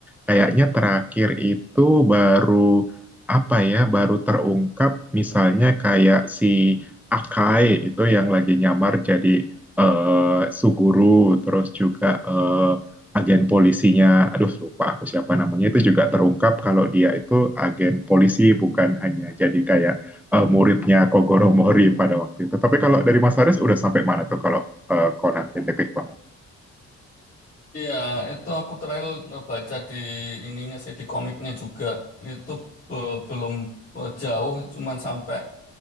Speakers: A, in the centre; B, on the left (about 25°).
A: Kayaknya terakhir itu baru apa ya, baru terungkap misalnya kayak si Akai itu yang lagi nyamar jadi eh, Suguru, terus juga eh, agen polisinya, aduh lupa aku siapa namanya itu juga terungkap kalau dia itu agen polisi bukan hanya jadi kayak eh, muridnya Kogoro Mori pada waktu itu. Tapi kalau dari Mas Haris udah sampai mana tuh kalau eh, Conan, detektif Conan?
B: Iya, itu aku terakhir baca di ininya sih di komiknya juga itu be- belum eh, jauh, cuman sampai